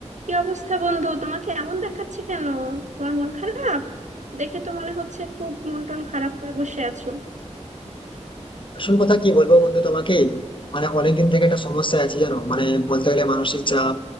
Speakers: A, on the right; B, on the left.
A: কি অবস্থা বন্ধু তোমাকে এমন দেখাচ্ছে কেন তোমার মন খারাপ দেখে তো মনে হচ্ছে খুব মন টন খারাপ করে বসে আছো
B: আসল কথা কি বলবো বন্ধু তোমাকে মানে অনেকদিন থেকে একটা সমস্যা আছে জানো মানে বলতে গেলে মানসিক চাপ